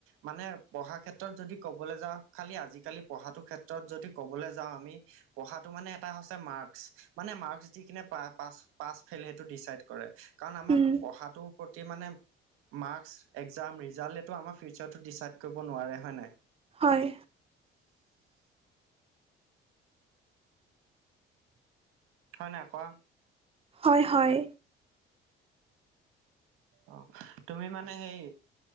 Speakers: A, on the right; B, on the right.
A: মানে পঢ়াৰ ক্ষেত্ৰত যদি ক'বলে যাওঁ খালি আজিকালি পঢ়াটোৰ ক্ষেত্ৰত যদি ক'বলে যাওঁ আমি পঢ়াটো মানে এটা হৈছে মাৰ্কচ মানে মাৰ্ক দিকিনে পা পাচ পাচ ফেল সেইটো ডিচাইদ কৰে কাৰণ আমাক
B: উম
A: পঢ়াটো পতি মানে মাৰ্কচ একজাম ৰিজাল্ট এইটো আমাৰ ফিউচাৰটো ডিচাইড কৰিব নোৱাৰে হয় নাই
B: হয়
A: হয় নাই কোৱা
B: হয় হয়
A: অ তুমি মানে সেই